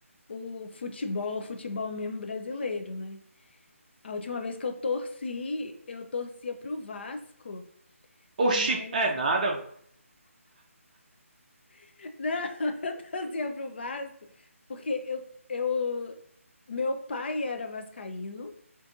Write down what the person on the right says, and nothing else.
Oxi,
é nada.